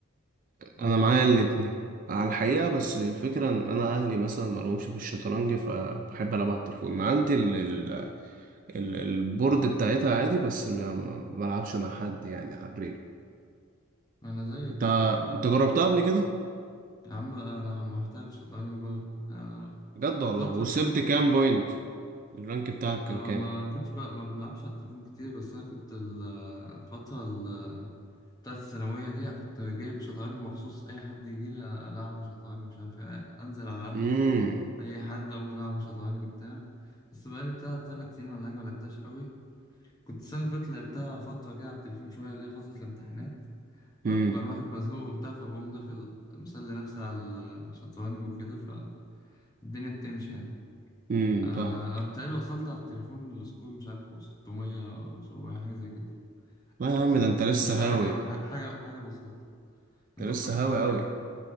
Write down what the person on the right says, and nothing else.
انا معايا
الاتنين على الحقيقة بس الفكرة ان انا اهلي مثلا ما لهمش في الشطرنج فبحب العب على التليفون عندي ال... ال... ال- البورد بتاعتها عادي بس ما ما بلعبش مع حد يعني على الريل
انت
انت جربتها قبل كده
بجد
والله
وصلت
كام بوينت الرانك بتاعك كان
كام
امم
امم
امم
فاهمك
لا يا عم
ده انت لسه
هاوي
انت
لسه
هاوي قوي